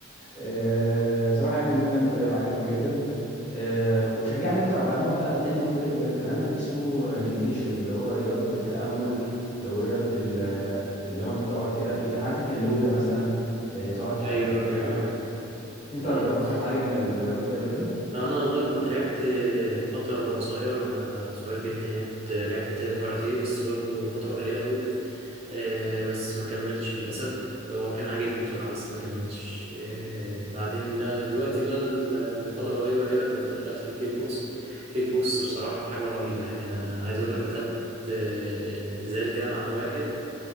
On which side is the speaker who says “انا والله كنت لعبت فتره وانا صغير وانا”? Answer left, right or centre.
Right